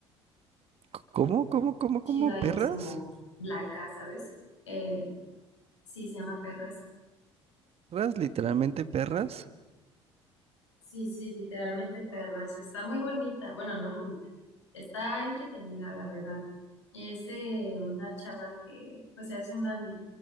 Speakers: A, on the right; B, on the left.
A: C- ¿Cómo, cómo, cómo, cómo?
B: chida
A: ¿Perras?
B: y no es como blanca, ¿sabes? Eh, sí, se llama Perras.
A: ¿Perras? ¿Literalmente perras?
B: Sí, sí, literalmente perras. Está muy bonita. Bueno, no bonita. Está entretenida, la verdad. Es de una chava que, pues, es una,